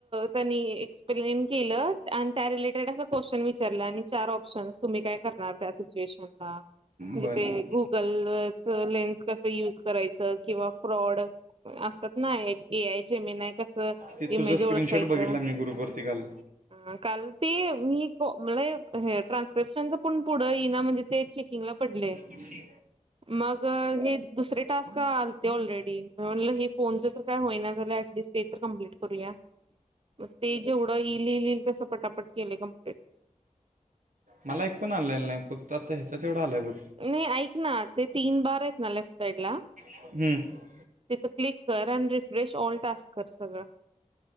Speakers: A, on the right; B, on the right.
A: त्यांनी एक्सप्लेन केलं आणि त्या रिलेटेड असं. क्वेश्चन विचारलं आणि चार ऑप्शनस तुम्ही काय करणार त्या सिच्युएशन ला. णज
B: बरं
A: ते गुगलच लेन्स कस युज करायचं किंवा फ्रॉड असत. नाही आहे जमीन आहे कसं
B: ते तुझा
A: इमेज
B: स्क्रीनशॉट
A: ओळखायचं
B: बघितला मी ग्रुपवरती काल
A: अ काल. ते मी मला हे ट्रान्स्क्रिप्शनच पण पुढं येई ना म्हणजे ते चेकिंगला पडले.
B: पुठे.
A: मग हे. दुसरे टास्क आलते ऑलरेडी म्हणलं हे फोनच जर काय होईना झा ऍटलीिस्ट. ते तर कम्प्लीट करूया मग ते जेवढं येईललईल तसं पटापट केले कमप्लीट.
B: मला एक पण आलेलं नाही फक्त आता ह्याच्यात तेवढा आलाय बघ.
A: नाही ऐक ना ते तीन बार आहेत ना लेफ्ट साईड ला.
B: बघ
A: तिथं क्लिक कर आणि रिफ्रेश ऑल टास्क कर सगळं.